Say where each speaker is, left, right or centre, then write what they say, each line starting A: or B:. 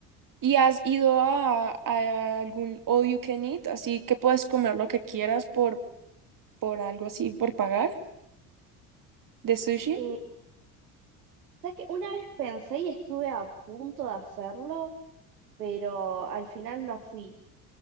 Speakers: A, on the right; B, on the right.
A: ¿Y has ido a, a algún all you can eat? Así que puedes comer lo que quieras por, por algo así, por pagar de sushi.
B: Eh, ¿sabes qué? Una vez pensé y estuve a punto de hacerlo, pero al final no fui.